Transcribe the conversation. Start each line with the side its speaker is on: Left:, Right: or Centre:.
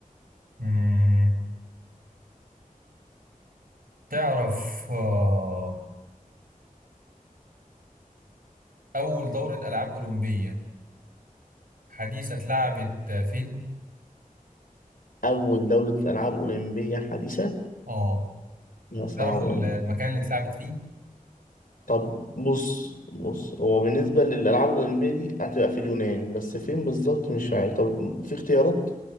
Right: أمم، تعرف آه، اول دوره العاب اولمبيه حديثه اتلعبت فين
Left: أول دولة ألعاب أولمبية حديثة
Right: اه
Left: لا صعبة
Right: تعرف المكان
Left: دي
Right: اللي اتلعبت فيه
Left: طب بص بص هو بالنسبة للألعاب الأولمبية دي هتبقى في اليونان بس فين بالظبط مش عارف طب في اختيارات